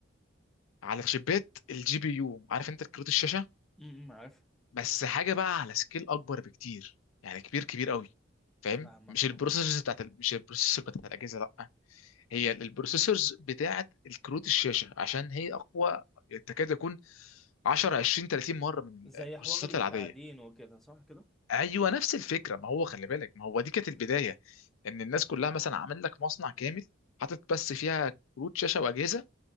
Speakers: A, on the left (about 80°); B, in the centre.
A: على شيبات الجي بي يو عارف انت كروت الشاشه
B: م-م، عارف
A: بس حاجه بقى على سكيل اكبر بكتير يعني كبير كبير قوي فاهم
B: فاهمك
A: مش البروسيسورز
B: اه
A: بتاعت ال... مش البروسيسور بتاعت الاجهزه لا هي البروسيسورز بتاعه الكروت الشاشه عشان هي اقوى تكاد يكون 10 20 30 مره من
B: زي
A: البروسيسات
B: حوار التعدين
A: العاديه
B: وكده صح كده
A: ايوه نفس الفكره ما هو خلي بالك ما هو دي كانت البدايه ان الناس كلها مثلا عامل لك مصنع كامل حاطط بس فيها كروت شاشه واجهزه